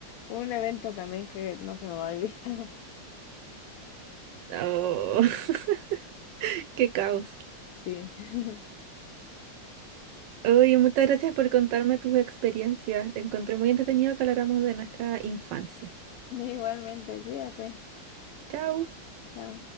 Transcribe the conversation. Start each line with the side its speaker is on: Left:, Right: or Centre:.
Left: un evento también que no se me va a olvidar. <laughs>
Right: Oh, <laughs> qué caos.
Left: Sí. <laughs>
Right: Oye, muchas gracias por contarme tus experiencias. Encontré muy entretenido que habláramos de nuestra infancia.
Left: Igualmente, cuídate.
Right: Chao.
Left: Chao.